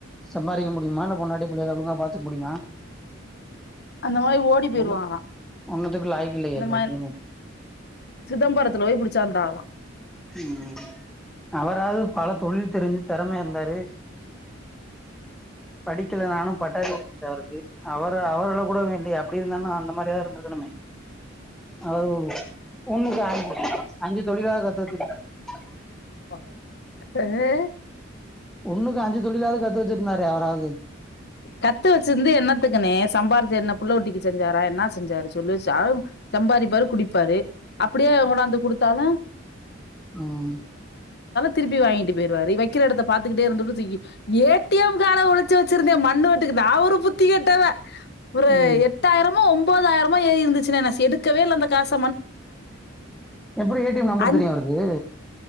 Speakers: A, in the centre; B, on the left (about 55°).
A: சம்பாரிக்க முடியுமா இல்ல பொண்டாட்டி பிள்ளையத ஒழுங்கா பாத்துக்க முடியுமா
B: அந்த மாரி ஓடி போயிருவாங்கலாம்
A: ஒன்னு ஒன்னுத்துக்கு லாய்க்கு இல்லையே
B: இந்த
A: அந்த
B: மாரி
A: ஜீனு
B: சிதம்பரத்துல போய் பிடிச்சாந்தகலாம்
A: உம் அவராவது பல தொழில் தெரிஞ்சு திறமயா இருந்தாரு படிக்கலானும் பட்டாரி இருக்கு அவரு அவர் அளவுல கூடவே இல்லயே அப்படி இருந்த நா அந்த மாதிரி டோ இருந்திருக்கணுமே அ ஒண்ணுக்கு அஞ்ச அஞ்சு தொழிலவது கத்து வச்ச <inaudible>
B: அஹ்
A: ஒண்ணுக்கு அஞ்சு தொழிலாவது கத்து வச்சிருந்தாரே அவராவது
B: கத்து வச்சிருந்து என்னத்துக்குனே சம்பாரித்து என்ன புள்ள குட்டிக்கு செஞ்சாரா என்ன செஞ்சாரு சொல்லுச்சா சம்பாரி ப்பாாரு குடிப்பாரு அப்படியே உங்கடந்து கொடுத்தாலும் <inaudible>
A: உம்
B: திருப்பி வாங்கிட்டு போயிருவாரு வைக்கிற எடத்த பாத்துக்கிட்டே இருந்துட்டு தூக்கி ஏ டி எம் கார்ட் ஹ ஒளிச்சி வச்சிருந்தேன் <unintelligible> நா ஒரு புத்தி கெட்டவ ப்ரே
A: ம்
B: எட்டாயிரம் மோ ஒன்பதாயிரமோ ஏறி இருந்துச்சினே நாஸ் எடுக்கவே இல்ல அந்த காஸ்
A: எப்படி ஏ டி எம் நம்பர்
B: அந்
A: தெரியும் அவருக்கு